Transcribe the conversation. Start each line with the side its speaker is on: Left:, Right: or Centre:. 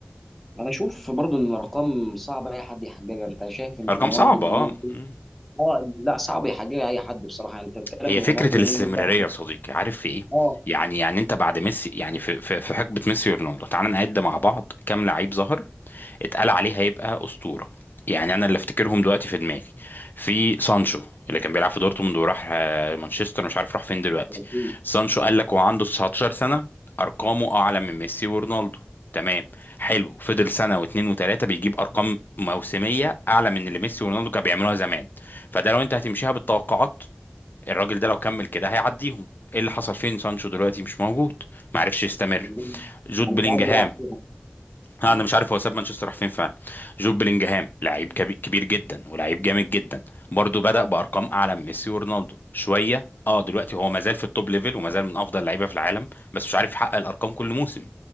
Centre: انا اشوف برضو ان الارقام صعب اي حد يحققها انت شايف ان
Left: ارقام
Centre: رونالدو
Left: صعبة
Centre: اليومين
Left: اه
Centre: دول
Left: مم.
Centre: اه لا صعب يحققها اي حد بصراحه انت بتتكلم
Left: هي
Centre: ان
Left: فكرة
Centre: رونالدو
Left: الاستمرارية
Centre: اليومين دول ده
Left: يا صديقي عارف في ايه
Centre: اه
Left: يعني يعني انت بعد ميسي يعني في في في حقبة ميسي ورونالدو تعال نعد مع بعض كام لعيب ظهر اتقال عليه هيبقى اسطوره يعني انا اللي افتكرهم دلوقتي في دماغي في سانشو اللي كان بيلعب في دورتموند وراح آه، مانشستر مش عارف راح فين دلوقتي
Centre: مفيش.
Left: سانشو قال لك وعنده 19 سنه ارقامه اعلى من ميسي ورونالدو تمام حلو فضل سنه واتنين وتلاته بيجيب ارقام موسميه اعلى من اللي ميسي ورونالدو كانوا بيعملوها زمان فده لو انت هتمشيها بالتوقعات الراجل ده لو كمل كده هيعديهم ايه اللي حصل فين سانشو دلوقتي مش موجود ما عرفش يستمر
Centre: انا
Left: جود بلينجهام
Centre: مش عارف بيلعب فيها
Left: آه،
Centre: اه
Left: انا مش عارف هو ساب مانشستر راح فين فعلا جوب بلينجهام لعيب كبي- كبير جدا ولاعيب جامد جدا برضه بدأ بأرقام أعلى من ميسي ورونالدو شوية اه دلوقتي هو مازال في التوب ليفل ومازال من أفضل لعيبة في العالم بس مش عارف يحقق الأرقام كل موسم